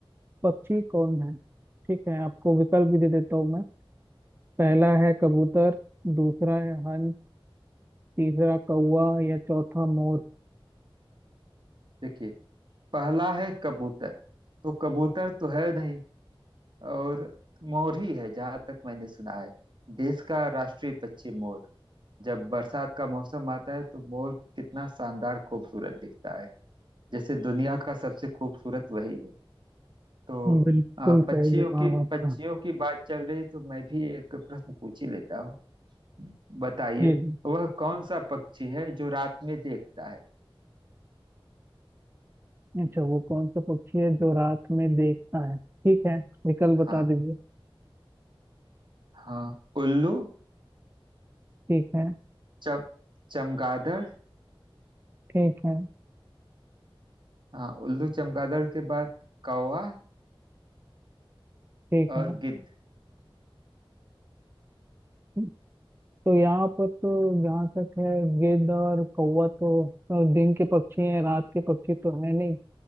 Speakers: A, on the right (about 25°); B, on the right (about 55°).
A: पक्षी कौन है ठीक है आपको विकल्प भी दे देता हूँ मैं पहला है कबूतर दूसरा है हंस तीसरा कौवा या चौथा मोर
B: देखिए पहला है कबूतर तो कबूतर तो है नहीं और मोर ही है जहां तक मैंने सुना है देश का राष्ट्रीय पक्षी मोर जब बरसात का मौसम आता है तो मोर कितना शानदार खूबसूरत दिखता है जैसे दुनिया का सबसे खूबसूरत वही हो तो
A: बिल्कुल
B: अ, पक्षियों
A: सही जवाब
B: की
A: आपका
B: पक्षियों की बात चल रही तो मैं भी एक प्रश्न पूछ ही लेता हूँ बताइए
A: जी
B: वह कौन सा पक्षी है जो रात में देखता है
A: अच्छा वो कौन सा पक्षी है जो रात में देखता है ठीक है विकल्प
B: हाँ
A: बता दीजिए
B: हाँ उल्लू
A: ठीक है
B: चम चमगादड़
A: ठीक है
B: हाँ उल्लू चमगादड़ के बाद कौवा
A: ठीक
B: और
A: है
B: गिद्ध
A: ठीक तो यहाँ पर तो जहाँ तक है गिद्ध और कौवा तो तो दिन के पक्षी हैं रात के पक्षी तो है नहीं